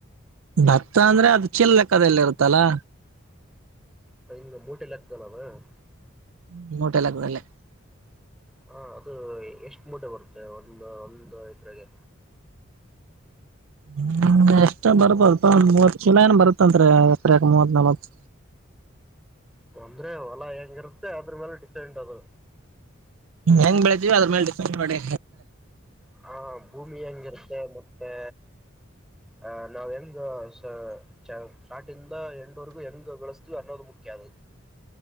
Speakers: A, on the right; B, in the centre.
A: ಭತ್ತ ಅಂದ್ರೆ ಅದ್ ಚಿಲ್ ಲೆಕ್ಕದಲ್ ಇರುತ್ತಲಾ
B: ಆ ಇಂಗ ಮುಟೆ ಲೆಕ್ಕದಲ್ಲೆನ ಮೂಟೆ ಲೆಕ್ಕದಲ್ಲೇನ
A: ಹ್ಮ್ ಮೂಟೆ ಲೆಕ್ಕದಲ್ಲಿ.
B: ಹಾ ಅದು ಎಷ್ಟ್ ಮೂಟೆ ಬರುತ್ತೆ ಒಂದು ಒಂದು ಎಕರೆಗೆ.
A: ಹ್ಮ್ ಎಷ್ಟ ಬರ್ತದಪ್ಪ ಅಲ್ಪ ಒಂದ್ ಮೂವತ್ ಚೀಲ ಏನ ಬರತ್ತಂತ್ರಿ ಎಕ್ರ್ಯಾಗ ಮೂವತ್ ನಲ್ವತ್
B: ಅಂದ್ರೆ ಹೊಲ ಹೆಂಗಿರುತ್ತೆ ಅದ್ರು ಮೇಲೆ ಡಿಫ್ರೆಂಟ್ ಅದು.
A: ಹೆಂಗ್ ಬೆಳಿತೀವ್ ನೋಡಿ ಅದ್ರೂ ಮೆಲ್ ಡಿಫೆಂಡ್ ನೋಡಿ.
B: ಹ ಭೂಮಿ ಹೆಂಗಿರುತ್ತೆ ಮತ್ತೆ ಅ ನಾವ್ ಹೆಂಗ ಸ ಚ್ ಶಾರ್ಟಿಂದ ಎಂಡ್ ವರೆಗೂ ಹೆಂಗ್ ಬೆಳೆಸ್ತಿವ್ ಅನ್ನೋದು ಮುಖ್ಯ ಆದು.